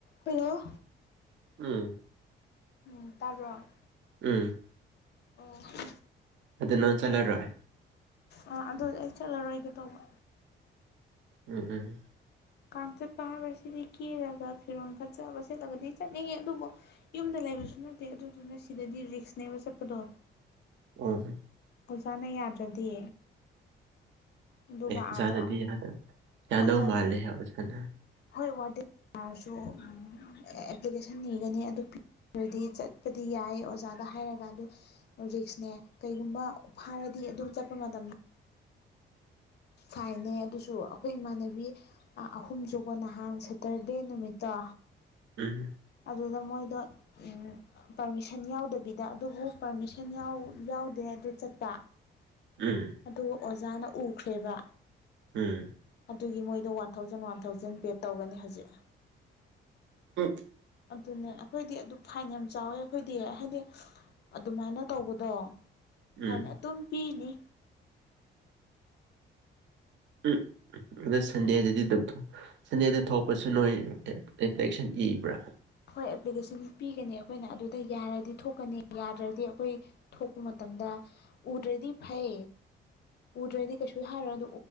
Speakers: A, on the left; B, on the right.
A: hello
B: ꯎꯝ
A: ꯎꯝ ꯇꯥꯕ꯭ꯔꯣ
B: ꯎꯝ
A: ꯑꯣ
B: ꯑꯗꯨ ꯅꯪ ꯆꯠꯂꯔꯣꯏ
A: ꯑꯥ ꯑꯗꯨ ꯑꯩ ꯆꯠꯂꯔꯣꯏꯒꯦ ꯇꯧꯕ
B: ꯎꯝ ꯎꯝ
A: ꯀꯥꯡ ꯆꯠꯄ ꯍꯥꯏꯕꯁꯤꯗꯤ ꯀꯦꯔꯒ ꯐꯤꯔꯣꯜ ꯐꯠꯖꯕ ꯁꯦꯠꯂꯒꯗꯤ ꯆꯠꯅꯤꯡꯉꯦ ꯑꯗꯨꯕꯨ ꯌꯨꯝꯗ ꯂꯩꯕꯁꯨ ꯅꯠꯇꯦ ꯑꯗꯨꯗꯨꯅ ꯁꯤꯗꯗꯤ ꯔꯤꯛꯁꯅꯦꯕ ꯆꯠꯄꯗꯣ
B: ꯍꯣꯏ ꯍꯣꯏ
A: ꯑꯣꯖꯥꯅ ꯌꯥꯗ꯭ꯔꯗꯤ ꯑꯗꯨꯒ
B: ꯑꯦ ꯑꯣꯖꯥꯅꯗꯤ
A: ꯑꯥꯗ ꯑꯃꯨꯛ
B: ꯌꯥꯗꯧ ꯌꯥꯗꯧ
A: ꯑꯣꯖꯥꯅ
B: ꯃꯥꯜꯂꯦꯍꯦ ꯑꯣꯖꯥꯅ
A: ꯍꯣꯏ ꯋꯥꯔꯗꯦꯟ ꯇꯥꯔꯁꯨ ꯑꯦꯄꯂꯤꯀꯦꯁꯟ ꯅꯤꯒꯅꯤ ꯑꯗꯨ ꯄꯤ ꯗ꯭ꯔꯗꯤ ꯆꯠꯄꯗꯤ ꯌꯥꯏ ꯑꯣꯖꯥꯗ ꯍꯥꯏꯔꯒ ꯑꯗꯨ ꯔꯤꯛꯁꯅꯦ ꯀꯩꯒꯨꯝꯕ ꯐꯥꯔꯗꯤ ꯑꯗꯨ ꯆꯠꯄ ꯃꯇꯝ ꯐꯥꯏꯟꯅꯦ ꯑꯗꯨꯁꯨ ꯑꯩꯈꯣꯏ ꯏꯃꯥꯟꯅꯕꯤ ꯑꯍꯨꯝꯁꯨꯀꯣ ꯅꯍꯥꯟ ꯁꯇꯔꯗꯦ ꯅꯨꯃꯤꯠꯇꯣ
B: ꯎꯝ
A: ꯑꯗꯨꯗ ꯃꯣꯏꯗꯣ ꯎꯝ ꯄꯔꯃꯤꯁꯟ ꯌꯥꯎꯗꯕꯤꯗ ꯑꯗꯨꯕꯨ ꯄꯔꯃꯤꯁꯟ ꯌꯥꯎꯗꯦ ꯑꯗꯨ ꯆꯠꯄ
B: ꯎꯝ
A: ꯑꯗꯨ ꯑꯣꯖꯥꯅ ꯎꯈ꯭ꯔꯦꯕ
B: ꯎꯝ
A: ꯑꯗꯨꯒꯤ ꯃꯣꯏꯗꯣ ꯋꯥꯟ ꯊꯥꯎꯖꯟ ꯋꯥꯟ ꯊꯥꯎꯖꯟ ꯄꯦꯗ ꯇꯧꯒꯅꯤ ꯍꯧꯖꯤꯛ
B: ꯎꯝ
A: ꯑꯗꯨꯅꯦ ꯑꯈꯣꯏꯗꯤ ꯑꯗꯨ ꯐꯥꯏꯟ ꯌꯥꯝ ꯆꯥꯎꯋꯦ ꯑꯩꯈꯣꯏꯗꯤ ꯍꯥꯏꯗꯤ ꯑꯗꯨꯃꯥꯏꯅ ꯇꯧꯕꯗꯣ
B: ꯎꯝ
A: ꯐꯥꯏꯟ ꯑꯗꯨꯝ ꯄꯤꯅꯤ
B: ꯎꯝ ꯑꯗ ꯁꯟꯗꯦꯗꯗꯤ ꯑꯗꯨꯝ ꯁꯟꯗꯦꯗ ꯊꯣꯛꯄꯁꯨ ꯅꯣꯏ <unintelligible> ꯏꯂꯦꯛꯁꯟ ꯏꯕ꯭ꯔꯥ
A: ꯍꯣꯏ ꯑꯦꯄ꯭ꯂꯤꯀꯦꯁꯟ ꯄꯤꯒꯅꯤ ꯑꯩꯈꯣꯏꯅ ꯑꯗꯨꯗ ꯌꯥꯔꯗꯤ ꯊꯣꯛꯀꯅꯤ ꯌꯥꯗ꯭ꯔꯗꯤ ꯑꯩꯈꯣꯏ ꯊꯣꯛꯄ ꯃꯇꯝꯗ ꯎꯗ꯭ꯔꯗꯤ ꯐꯩ ꯎꯗ꯭ꯔꯗꯤ ꯀꯩꯁꯨ ꯍꯥꯏꯔꯣꯏ ꯑꯗꯨ